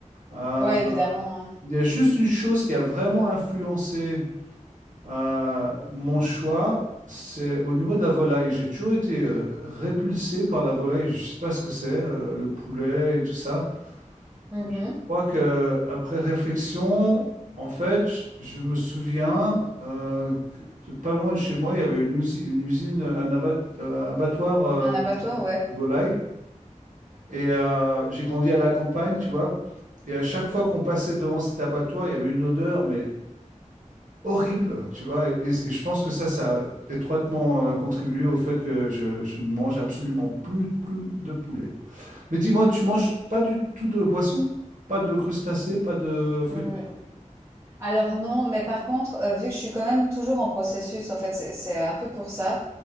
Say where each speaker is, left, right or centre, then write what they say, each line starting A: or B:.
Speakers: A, on the right (about 75°); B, on the right (about 20°).
A: Euh,
B: Ouais, évidemment. hein.
A: Il y a juste une chose qui a vraiment influencé euh, mon choix, c'est au niveau de la volaille. J'ai toujours été euh, répulsé par la volaille. Je ne sais pas ce que c'est, euh, le poulet et tout ça.
B: Mhm.
A: Je crois que après réflexion, en fait, je je me souviens euh, que de pas loin de chez moi, il y avait une usine, une usine, euh, un abat- euh, abattoir euh,
B: Un abattoir, ouais.
A: de volaille. Et euh, j'ai grandi à la campagne, tu vois. Et à chaque fois qu'on passait devant cet abattoir, il y avait une odeur, mais horrible, tu vois. Et, et- et je pense que ça, ça a étroitement euh, contribué au fait que je, je ne mange absolument plus, plus de poulet. Mais dis-moi, tu manges pas du tout de poisson? Pas de crustacés, pas de fruits
B: Hmm.
A: de mer?
B: Alors non, mais par contre, euh, vu que je suis quand même toujours en processus, en fait, c'est c'est un peu pour ça,